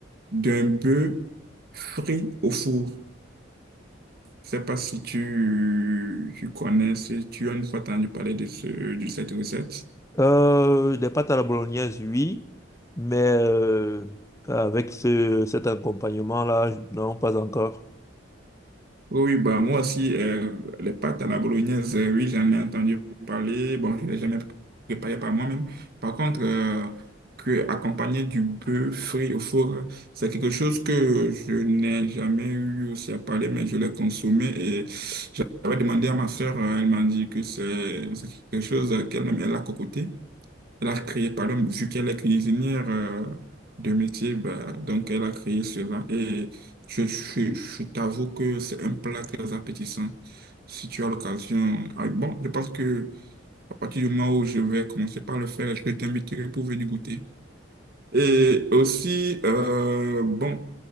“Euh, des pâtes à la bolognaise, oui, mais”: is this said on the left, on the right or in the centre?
Left